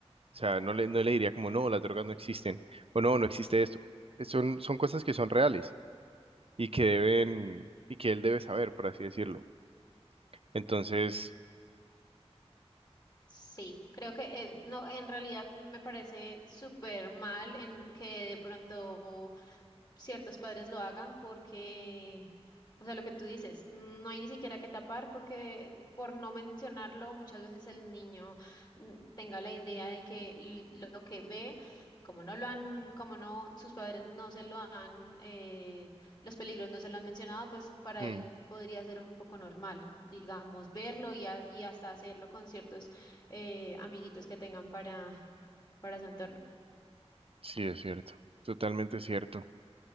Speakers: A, on the right; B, on the left.
A: o sea, no le, no le diría como, no, las drogas no existen, o no, no existe esto. Eh, Son, son cosas que son reales y que deben, y que él debe saber, por así decirlo. Entonces,
B: Sí, creo que eh, no, en realidad me parece súper mal en que de pronto ciertos padres lo hagan porque, o sea, lo que tú dices, no hay ni siquiera que tapar porque, por no mencionarlo, muchas veces el niño mm, tenga la idea de que l- lo que ve, como no lo han, como no, sus padres no se lo han, eh, los peligros no se lo han mencionado, pues para
A: mm,
B: él podría ser un poco normal, digamos, verlo y, a- y hasta hacerlo con ciertos eh, amiguitos que tengan para, para su entorno.
A: sí es cierto, totalmente cierto.